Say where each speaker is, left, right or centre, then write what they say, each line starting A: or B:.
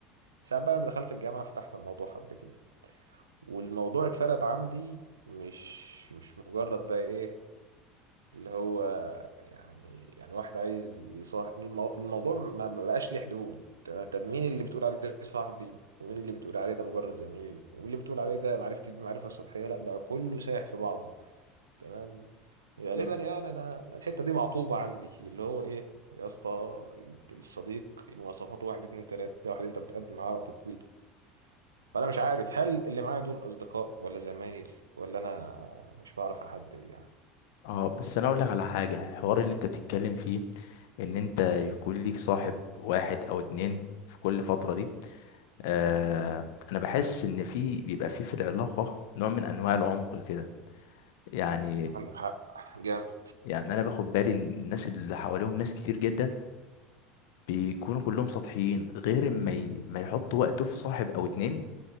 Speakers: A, on the right; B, on the left.
A: ساعات بقى لما دخلت الجامعة فتحت الموضوع حبتين والموضوع اتفرد عندي مش مش مجرد بقى ايه اللي هو يعني يعني واحد عايز يصاحب المو... الموضوع ما بقاش ليه حدود تمام طب مين اللي بتقول عليه صاحبي ومين اللي بتقول عليه ده مجرد زميل ومين اللي بتقول عليه ده معرفتي بمعرفة سطحية لا بقى كله سايح في بعضه تمام غالبا
B: مم.
A: يعني انا الحتة دي معطوبة عندي اللي هو ايه يا اسطى الصديق مواصفاته واحد اتنين تلاتة ده واحد انت بتقدم معاه وقت طويل فانا مش عارف هل اللي معايا دول اصدقاء ولا زمايل ولا انا مش بعرف احدد يعني
B: اه بس انا اقول لك على حاجه الحوار اللي انت بتتكلم فيه ان انت يكون ليك صاحب واحد او اتنين في كل فتره دي آه، انا بحس ان في بيبقى في في العلاقه نوع من انواع العمق كده يعني
A: عندك حق جامد
B: يعني انا باخد بالي ان الناس اللي حواليهم ناس كتير جدا بيكونوا كلهم سطحيين غير ما ي- ما يحطوا وقته في صاحب او اتنين